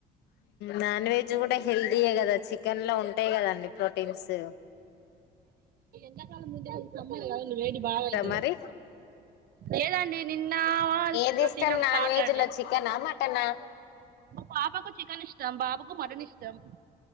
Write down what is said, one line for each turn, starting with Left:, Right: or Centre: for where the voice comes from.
Left: నాన్ వెజ్ కూడా హెల్దీయే కదా చికెన్ లో ఉం ఉంటాయి కదండి ప్రోటీన్సు
Right: ఎండకాలం వేడి బాగా అవుతుంది
Left: మరి
Right: లేదండి నిన్న
Left: ఏది ఇష్టం
Right: తినం
Left: నాన్
Right: సాటే
Left: వెజ్ లో చికెనా మటనా
Right: మా పాపాకు చికెన్ ఇష్టం బాబుకు మటన్ ఇష్టం